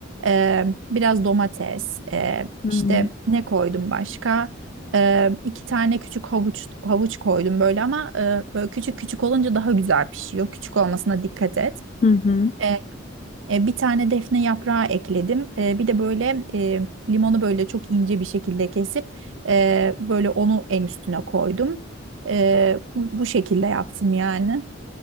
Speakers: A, on the right (about 70°); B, on the left (about 35°).
A: Ee, biraz domates. Ee,
B: Hmm.
A: işte ne koydum başka? Ee, iki tane küçük havuç havuç koydum böyle ama e, böyle küçük küçük olunca daha güzel pişiyor. Küçük olmasına dikkat et.
B: Hı hı.
A: Ee, e, bir tane defne yaprağı ekledim. Ee, bir de böyle e, limonu böyle çok ince bir şekilde kesip e, böyle onu en üstüne koydum. Ee, bu bu şekilde yaptım yani.